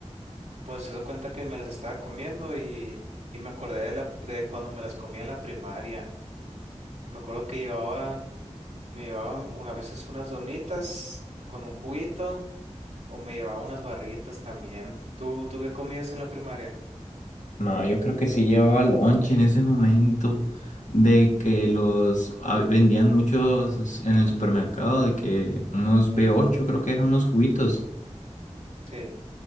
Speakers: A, on the right (about 70°); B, on the left (about 75°).
A: Pues se da cuenta que me las estaba comiendo y, y me acordé de, la, de cuando me las comía en la primaria. Me acuerdo que llevaba, me llevaban una, a veces unas donitas con un juguito. O me llevaba unas barritas también. ¿Tú, tú qué comías en la primaria?
B: No, yo creo que sí llevaba lonche en ese momento de que los ah, vendían muchos en el supermercado, de que unos b ocho creo que eran unos juguitos.
A: Sí.